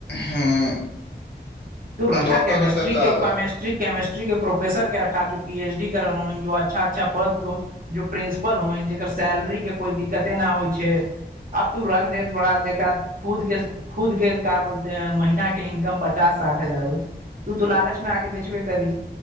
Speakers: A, on the left (about 75°); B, on the right (about 50°).
A: ह
B: तू रखा
A: दोतर
B: केमिस्ट्री
A: त
B: के
A: तब
B: केमिस्ट्री केमिस्ट्री प्रोफेसर के र पी एचडी करै ज अच्छा अच्छा पद जो प्रिंसिपल हाइ जेकर सैलरी के कोई दिक्कते न होइ छै अब तू रख देत बड़ा जेका खुद के खुद के का बोलते है महीना के इनकम पचास साठ हजार हो उ तो लालच मे आके बेचबे करी